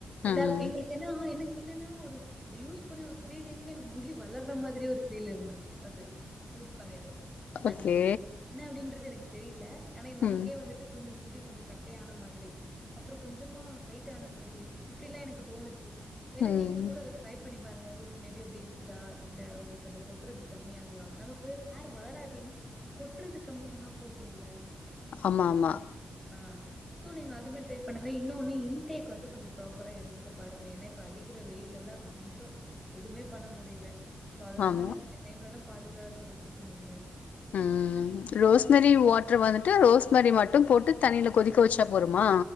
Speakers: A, in the centre; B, on the left.
A: எல்லாருக்
B: ம்
A: எங்களுக்கு என்னா என்னென்னா ஒரு யூஸ் பண்ணி ஒரு த்ரீ டேஸ்லே எனக்கு முடி வளர்ற மாதிரி ஒரு ஃபீல் இருந்துச்சு அது யூஸ் பண்ணிட்டு அது
B: ஓகே
A: என் என்ன அப்படின்றது எனக்கு தெரியல ஆனா நமக்கே
B: ம்
A: வந்துட்டு கொஞ்சம் முடி கொஞ்சம் கட்டையானா மாதிரி அப்புறம் கொஞ்சமா ஹைட்டான மாதிரி இப்படிலா எனக்கு தோணுச்சு வேன்னா
B: ம்
A: நீங்களு கூட அத ட்ரை பண்ணி பாருங்க உங்களுக்கு மேபி அப்பிடி இருக்குதா இல்ல உங்களுக்கு அத கொட்டுறது கம்மியாகலாம் நமக்கு ஹேர் வளராட்டியும் கொட்டுறது கம்மியானா போதுல்ல
B: ஆமா ஆமா
A: ஆ சோ நீங்க அதுமே ட்ரை பண்ணுங்க இன்னொன்னு இன்டேக் வந்து கொஞ்சம் ப்ரா பரா எடுத்துக்க பாருங்க ஏன்னா இப்ப அடிக்கிற வெயில் எல்லா ரொம்ப எதுவுமே பண்ண முடியல சோ அதனால
B: ஆமா
A: நம்ம இந்த டைம்ல எல்லா பாதுகாத்து வச்சுக்கணு இல்ல
B: உம் ரோஸ்னரி வாட்டர் வந்து ட்டு ரோஸ்மரி மட்டும் போட்டு தண்ணியில கொதிக்க வச்சா போருமா